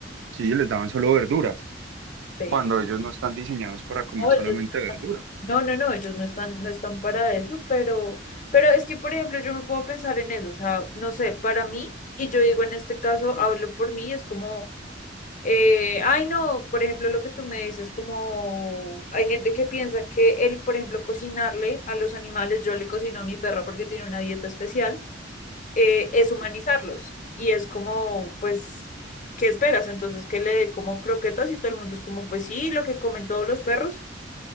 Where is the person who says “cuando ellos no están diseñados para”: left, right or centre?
Right